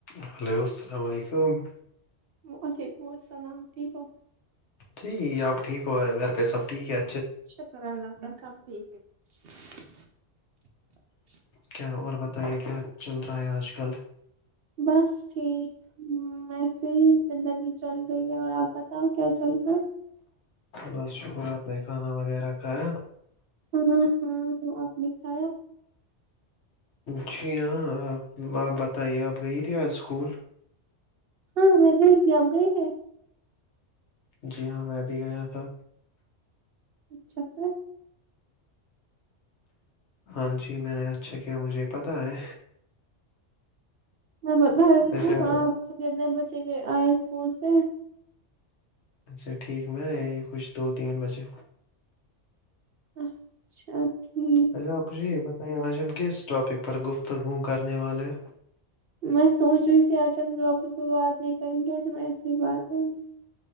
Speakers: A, on the left; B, on the right.
A: Hello اللام علیکم
B: وعلیکم السلام ٹھیک ہو
A: جی آپ ٹھیک ہو گئے گھر پہ سب ٹھیک ہےا
B: شکر سپ ھم
A: کیا اور بتائیے کیا چل رہا پرایہ اج کل
B: بس ٹھیک ویسے ہی زندگی چل رہی ہے اور آپ بتاؤ کیا چل رہا ہے
A: بس شکر آپ نے کھانا وغیرہ کھایا
B: ہاں ہ دکھایا
A: جی ہاںپ آپ بتائیے آپ گئی تھے اسکول
B: ہاں میں گئی تھی آپ گئی تھے
A: جی ہاں میں بھی گیا تھا
B: اچھا پ
A: ہاں جی میں نے اچھا کیا مجھے پت ہے
B: میں بتا رہی
A: اچھا
B: ہوں آ آپ تو کتنے بچ آئے اسکول سے
A: اچھا ٹھیک میں یہی کچھ دو تین بجے
B: اچھا ٹھیک
A: اچھا آپ جی بتائیے آج ہم کس ٹاپک پر گفتگو کرنے والے
B: میں سوچ رہی تھی آج ہم واپس کو بات نہیں کریں گے آج ج ایسیے ہی بات ہوں گی